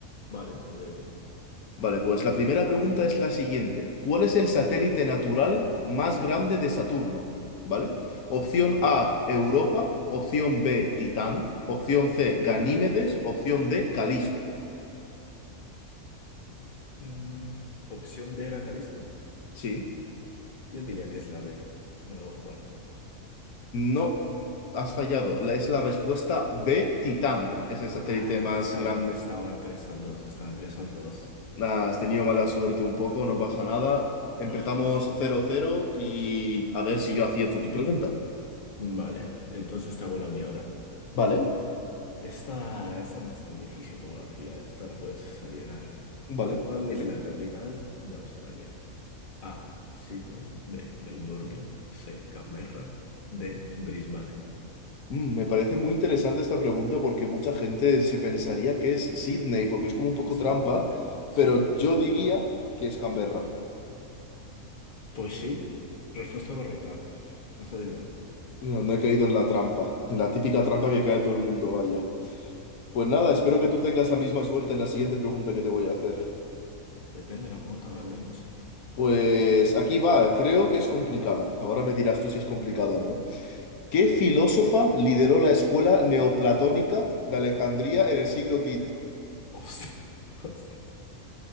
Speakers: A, on the left; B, on the left.
A: vale, vale, bien.
B: Vale, pues la primera pregunta es la siguiente. ¿Cuál es el satélite natural más grande de Saturno? ¿Vale? Opción
A: Ujú.
B: A, Europa. Opción B, Titán. Opción C, Ganímedes. Opción D, Calisto.
A: Mm, opción D era Calisto.
B: Sí.
A: Yo diría que es la D. Me lo voy a jugar.
B: No, has fallado. La- Es la respuesta B, Titán. Es el satélite
A: Ah, era,
B: más
A: estaba,
B: grande.
A: entre- estaba entre esas dos, estaba entre esas dos.
B: Nah, has tenido mala suerte un poco, no pasa nada.
A: Bueno,
B: Empezamos cero cero y a ver si yo acierto tu pregunta.
A: vale, entonces te hago la mía ahora.
B: Vale,
A: Esta, esta no es tan difícil como la tuya, ¿eh? Esta la puedes adivinar.
B: vale,
A: ¿Cuál
B: dime.
A: es la capital de Australia? A. Sydney. B. Melbourne. C. Canberra. D. Brisbane.
B: Mm, Me parece muy interesante esta pregunta porque mucha gente se pensaría que es Sydney, porque es como un poco
A: Exactamente.
B: trampa,
A: Sí.
B: pero yo diría que es Canberra.
A: Pues sí. Respuesta correcta. Has adivinado.
B: No, no he caído en la trampa, en la típica trampa que cae todo el mundo, vaya. Pues nada, espero que tú tengas la misma suerte en la siguiente pregunta que te voy a hacer.
A: Depende de la pregunta, ahora veremos.
B: Pues aquí va, creo que es complicada. Ahora me dirás tú si es complicado o no. ¿Qué filósofa lideró la escuela neoplatónica de Alejandría en el siglo quinto?
A: Hostia. hostia.